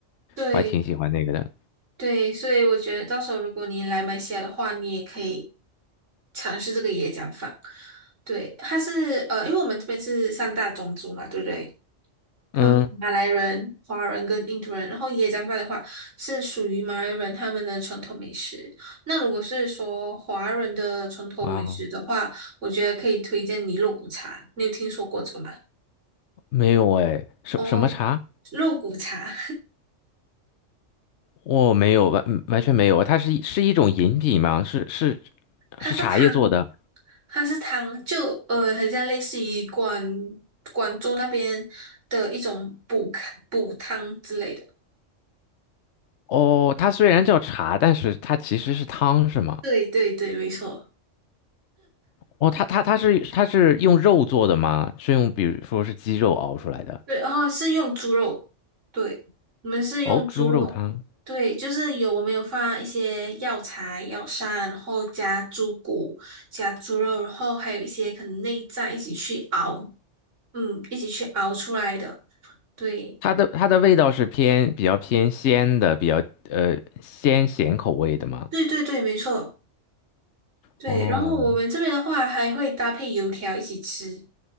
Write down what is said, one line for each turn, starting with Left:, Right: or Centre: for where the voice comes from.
Right: 对
Left: 我还挺喜欢那个的。
Right: 对，所以我觉得到时候如果你来马来西亚的话，你也可以尝试这个椰浆饭。对，它是呃，因为我们这边是三大种族嘛，对不对？
Left: 嗯，
Right: 我们马来人、华人跟印度人，然后椰浆饭的话是属于马来人他们的传统美食。那如果是说华人的传统美食的话，
Left: 哇哦，
Right: 我觉得可以推荐你肉骨茶。你有听说过这个吗？
Left: 没有哎，什什么茶？
Right: 哦，肉骨茶，
Left: 我没有完嗯完全没有，它是一是一种饮品吗？是是
Right: 它是汤。
Left: 是茶叶做的。
Right: 它是汤，就呃，很像类似于广广州那边的一种补看补汤之类的。
Left: 哦，它虽然叫茶，但是它其实是汤，是吗？
Right: 对对对，没错。
Left: 哦，它它它是它是用肉做的吗？是用比如说是鸡肉熬出来的？
Right: 对，然后是用猪肉，对，我们是用猪肉，
Left: 哦，猪肉汤，
Right: 对，就是有我们有放一些药材、药膳，然后加猪骨、加猪肉，然后还有一些可能内脏一起去熬，嗯，一起去熬出来的。对，
Left: 它的它的味道是偏比较偏鲜的，比较呃鲜咸口味的吗？
Right: 对对对，没错。对，
Left: 哦，
Right: 然后我们这边的话还会搭配油条一起吃。